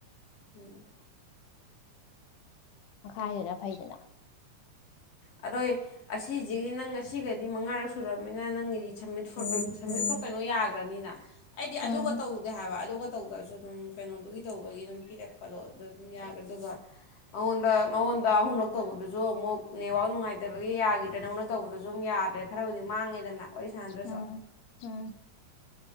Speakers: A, on the left; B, on the left.
A: ꯎꯝ
B: ꯃꯈꯥꯏꯗꯅ ꯐꯩꯗꯅ
A: ꯑꯗꯣꯏ ꯑꯁꯤꯖꯤꯒꯤ ꯅꯪ ꯑꯁꯤꯒꯗꯤ ꯃꯉꯥꯔꯛ ꯁꯨꯔꯃꯝꯅꯤꯅ ꯅꯪꯒꯤꯗꯤ ꯁꯃꯤꯠ ꯐꯣ ꯁꯃꯤꯠ ꯐꯣꯔ ꯀꯩꯅꯣ ꯌꯥꯒ꯭ꯔꯅꯤꯅ ꯑꯩꯗꯤ ꯑꯗꯨꯒ
B: ꯎꯝ
A: ꯇꯧꯗꯦ ꯍꯥꯏꯕ ꯑꯗꯨꯒ ꯇꯧꯗ꯭ꯔꯁꯨ ꯑꯗꯨꯝ ꯀꯩꯅꯣꯗꯨꯒꯤ ꯇꯧꯕꯒꯤ ꯑꯗꯨꯝ ꯄꯤꯔꯛꯄꯗꯣ ꯑꯗꯨ ꯑꯗꯨꯝ ꯌꯥꯒ꯭ꯔꯗꯨꯕ ꯃꯉꯣꯟ ꯗ ꯅꯉꯣꯟꯗ ꯑꯍꯨꯝꯂꯛ ꯇꯧꯕꯗꯨꯁꯨ ꯑꯃꯨꯛ ꯅꯦꯠꯋꯥꯛ ꯅꯨꯡꯉꯥꯏꯇꯕꯒꯤ ꯌꯥꯒꯤꯗ꯭ꯔꯦ ꯅꯉꯣꯟꯗ ꯇꯧꯕꯗꯨꯁꯨ ꯑꯗꯨꯝ ꯌꯥꯗ꯭ꯔꯦ ꯈꯔꯕꯨꯗꯤ ꯃꯥꯡꯉꯦꯗꯅ ꯋꯥꯔꯤ ꯁꯥꯟꯅꯗ꯭ꯔꯁꯨ
B: ꯎꯝ ꯎꯝ